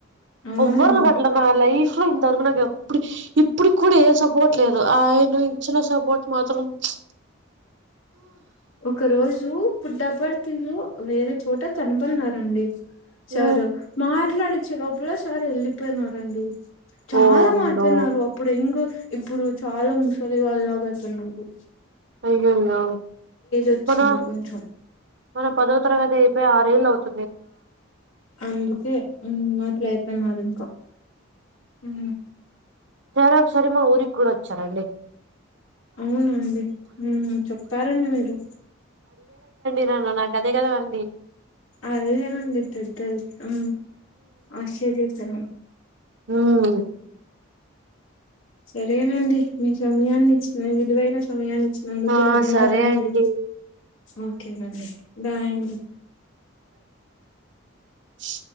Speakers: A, on the left; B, on the right.
A: అవునండి
B: ఒవ్వర్ లు కట్ల నా లైఫ్ ఇంట్లో ఇంతవరకు నాకు ఎప్పుడు ఇప్పుడికి కూడా ఏ సపోర్ట్ లేదు ఆయన ఇచ్చిన సపోర్ట్ మాత్రం ప్చ్
A: ఒక రోజు పుట్టపర్తిలో వేరే చోట కనపడినారు అండి సర్
B: హ్మ్.
A: మాట్లాడిచ్చే లో ఎప్పుల సార్ వెళ్లిపోయినారండి చాలా
B: ఓ
A: మారిపోయినారు
B: నో
A: అప్పుడు ఎంగ్ ఇప్పుడు చాలా ముసలి వాళ్లాగా చెన్నుంగు
B: అయ్యోయ్యో
A: వచ్చింది
B: మన
A: కొంచెం
B: మన పదో తరగతి అయిపోయి ఆరే <unintelligible>
A: అందుకే మ్ మాట్లా తిన్నారిఇంకా హు
B: తరాగ్ సారి మా ఊరికి కూడా వచ్చారండి
A: అవునండి మ్మ్ చెప్తారండి మీరు
B: నిన్న నాకు అదే కదా అండి
A: అదేనండి పెద్దది ఆ ఆశ్చర్యతన
B: హ్మూ
A: సరేనండి మీ సమయాన్నిచ్చి విలువైన సమయాన్ని చ్చినందుకు
B: ఆ
A: ధన్యవాదాలండి.
B: సరే అండి
A: ఓకే అండి బాయ్ అండి.
B: స్